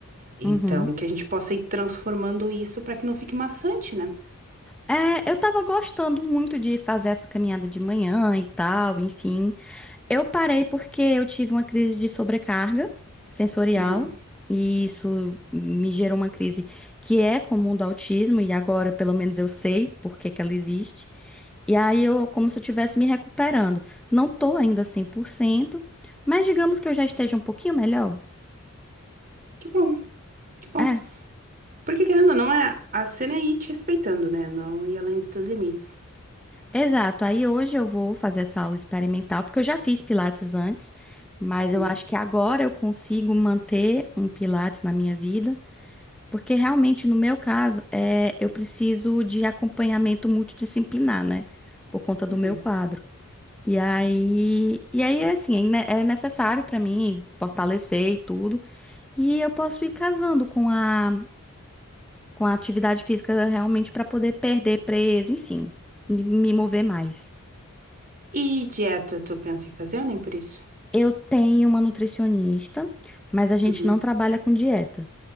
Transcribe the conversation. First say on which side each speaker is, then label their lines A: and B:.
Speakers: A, on the right; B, in the centre.
A: Então,
B: uhum.
A: que a gente possa ir transformando isso pra que não fique maçante, né?
B: É, eu tava gostando muito de fazer essa caminhada de manhã e tal, enfim. Eu parei porque eu tive uma crise de sobrecarga sensorial
A: Uhum.
B: e isso me gerou uma crise que é comum do autismo e agora pelo menos eu sei por que que ela existe. E aí eu como se eu estivesse me recuperando. Não tô ainda cem por cento mas digamos que eu já esteja um pouquinho melhor.
A: Que bom, que bom.
B: É.
A: Porque querendo ou não, é a cena é ir te respeitando, né? Não ir além dos teus limites.
B: Exato. Aí hoje eu vou fazer essa aula experimental, porque eu já fiz pilates antes, mas
A: Uhum.
B: eu acho que agora eu consigo manter um pilates na minha vida, porque realmente no meu caso, é, eu preciso de acompanhamento multidisciplinar, né? Por conta do
A: Uhum.
B: meu quadro. E aí, e aí assim, é ne- é necessário para mim fortalecer e tudo, e eu posso ir casando com a com a atividade física realmente para poder perder peso, enfim, e me mover mais.
A: E dieta, tu pensa em fazer ou nem por isso?
B: Eu tenho uma nutricionista, mas a gente
A: Uhum.
B: não trabalha com dieta.